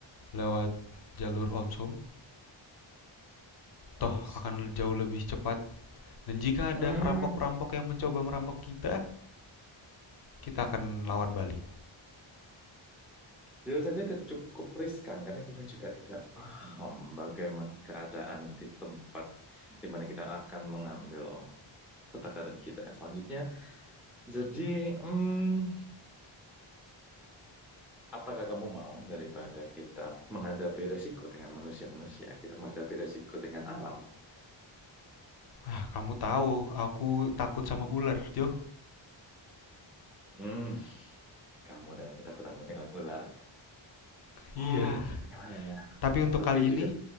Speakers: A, on the left; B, in the centre.
A: lewat jalur Omsom, toh
B: Um, s-
A: akan
B: hmm.
A: jauh lebih cepat. Dan jika
B: Hmm,
A: ada perampok-perampok yang mencoba merampok kita, kita akan lawan balik.
B: jujur saja itu cukup riskan karena kita juga tidak paham bagaimana keadaan di tempat di mana kita akan mengambil pertakaran kita yang selanjutnya. Jadi, hmm, apakah kamu mau daripada kita menghadapi resiko dengan manusia-manusia, kita menghadapi resiko dengan alam?
A: Ah, kamu tahu, aku takut sama ular, Jo.
B: Hmm, kamu dengan ketakutanmu dengan ular.
A: Iya.
B: Hmm, bagaimana ya?
A: Tapi untuk
B: Tapi
A: kali
B: jujur,
A: ini,